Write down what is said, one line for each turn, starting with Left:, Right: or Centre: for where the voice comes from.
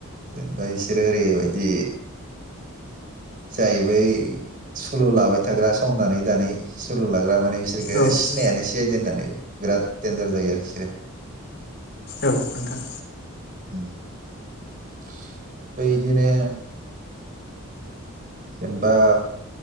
Right: जेनबा बिसोरो ओरैबायदि जाहैबाय सुलु लाबाय थाग्रा संनानै दानै सुलु लाग्रा मा ने बिसोरखौ
Left: ओ औ
Right: सिनायानो सि आइ डि होननानै बिराद देनजार जायो आरो बिसोरो।
Left: औ नोंथां।
Right: उम आमफ्राय इदिनो जेनेबा